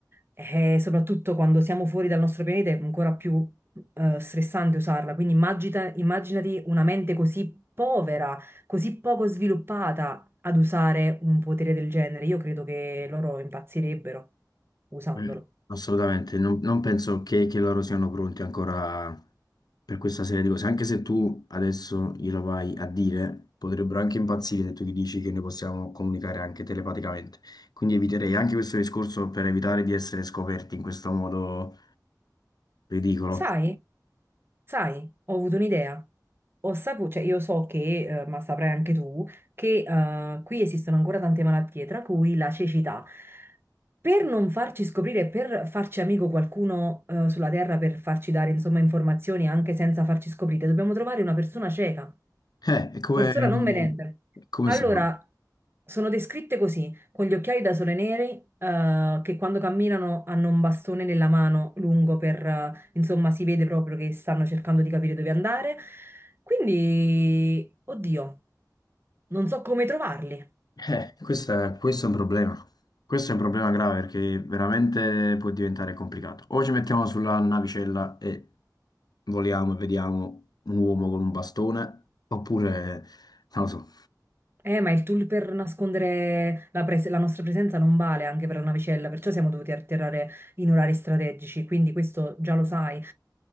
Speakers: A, on the right; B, on the left.
A: e soprattutto quando siamo fuori dal nostro pianeta è ancora più, eh, stressante usarla. Quindi immagita- immaginati una mente così povera, così poco sviluppata ad usare un potere del genere. Io credo che loro impazzirebbero usandolo.
B: Eh, Assolutamente, non, non penso che, che loro siano pronti ancora per questa serie di cose, anche se tu adesso glielo vai a dire, potrebbero anche impazzire se tu gli dici che noi possiamo comunicare anche telepaticamente. Quindi eviterei anche questo discorso per evitare di essere scoperti in questo modo ridicolo.
A: Sai, sai, ho avuto un'idea. Ho saputo, cioè io so che, eh, ma saprai anche tu, che eh, qui esistono ancora tante malattie, tra cui la cecità. Per non farci scoprire, per farci amico qualcuno eh, sulla Terra, per farci dare, insomma, informazioni anche senza farci scoprire, dobbiamo trovare una persona cieca
B: Eh, è come,
A: persona non vedente.
B: è come
A: Allora,
B: si trova?
A: sono descritte così, con gli occhiali da sole neri, eh, che quando camminano hanno un bastone nella mano lungo per, eh, insomma, si vede proprio che stanno cercando di capire dove andare. Quindi, oddio, non so come trovarli.
B: Eh, questo è, questo è un problema. Questo è un problema grave perché veramente può diventare complicato. O ci mettiamo sulla navicella e voliamo e vediamo un uomo con un bastone, oppure, non lo so,
A: Eh, ma il tool per nascondere la, pres- la nostra presenza non vale anche per la navicella, perciò siamo dovuti atterrare in orari strategici, quindi questo già lo sai.